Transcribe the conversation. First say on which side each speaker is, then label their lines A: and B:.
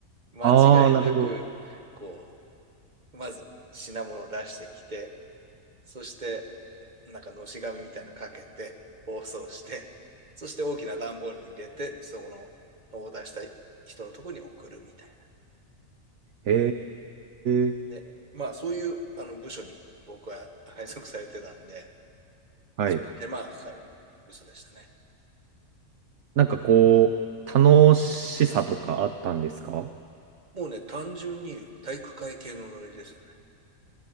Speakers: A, on the right; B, on the right.
A: 間違いなく、
B: ああ、なるほど。
A: こう、まず品物を出してきて、そしてなんかのし紙みたいなのかけて、包装して、<laughs> そして大きな段ボールに入れて、そこのオーダーした人のところに送るみたい
B: へえ、
A: な。で、まあそういうあの部署に僕は <laughs> 配属されてたんで、
B: はい。
A: ちょっと手間がかかる部署でしたね。
B: なんかこう、楽しさとかあったんですか
A: もうね、単純に体育会系のノリですよね。